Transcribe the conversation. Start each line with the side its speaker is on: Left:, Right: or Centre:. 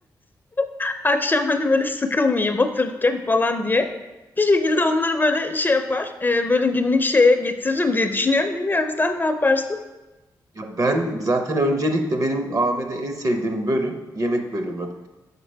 Left: <laughs> Akşam hani böyle sıkılmayayım otururken falan diye. Bir şekilde onları böyle şey yapar, e, böyle günlük şeye getiririm diye düşünüyorum. Bilmiyorum sen ne yaparsın?
Right: Ya ben zaten öncelikle benim AVM'de en sevdiğim bölüm yemek bölümü.